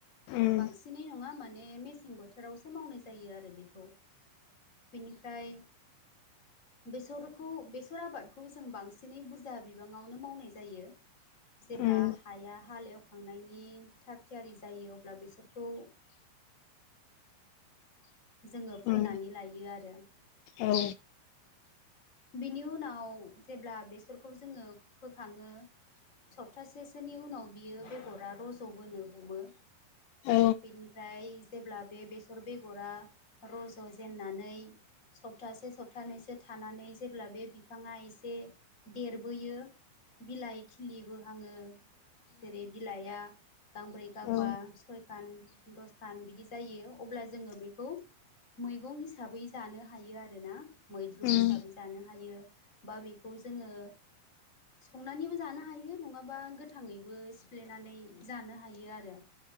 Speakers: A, on the left; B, on the left.
A: उम
B: बांसि सिनै नङा माने मेसें बोथोरावसो मावनाय जायो आरो बेखौ। बेनिफ्राय बेसरखौ बेसर आबाद खौ जों बांसिनै बुरजा बिबाङावनो मावनाय जायो जेब्ला
A: उम
B: हाया हाल एव खांनायनि थाग थियारि जायो अब्ला बेसरखौ जोङो फोनानै
A: उम
B: लायो आरो।
A: औ।
B: बिनि उनाव जेब्ला बेसरखौ जोङो फोखाङो सप्तासे सोनि उनाव बियो बेगरा रज'बोनो हमो
A: उम औ
B: बेनि फ्राय जेब्ला बे बेसर बेगरा रज' जेननानै सप्तासे सप्तानैसो थानानै जेब्ला बे बिफाङा एसे देरबोयो बिलाइ खिलिबोहाङो जेरै बिलाइआ गांब्रै गांबा
A: उम औ
B: सयखान दसखान बिदि जायो अब्ला जोङो बेखौ मैगं हिसाबै जानो हायो आरो ना मैद्रु
A: उम
B: हिसाबै जानो हायो बा बेखौ जोङो संनानैबो जानो हायो नङाबा गोथाङैबो सिफ्लेनानै जानो हायो आरो।